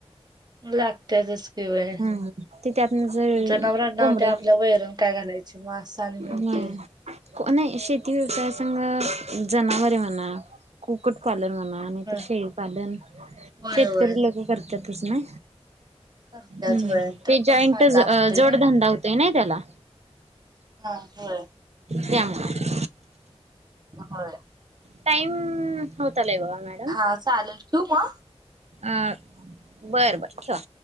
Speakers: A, on the right (about 40°); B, on the right (about 80°).
A: लागत्यातचं. पिवळ्या,
B: हम्म. ते त्यातन जर
A: जनावरांना
B: कोंबड्या
A: ते आपल्या वैरून काय घालायचे म असं आणि
B: हम्म
A: हे होतंय.
B: नाही शेती व्यवसायसंग जनावरे म्हणा, कुकुट पालन म्हणा नाहीतर
A: होय
B: शेळी,
A: होय
B: शेतकरी
A: होय
B: <unintelligible> करतातच ना.
A: करत्यात
B: हम्म,
A: व्हय त्यात
B: ते जॉईंटच
A: पण फायदा
B: अ
A: असतोय नई.
B: जोड धंदा होतोय ना त्याला.
A: हा होय,
B: त्यामुळे
A: होय.
B: टाईम होत आलय बघा मॅ
A: हा चालेल ठेऊ मग?
B: अ बरं बरं ठेवा.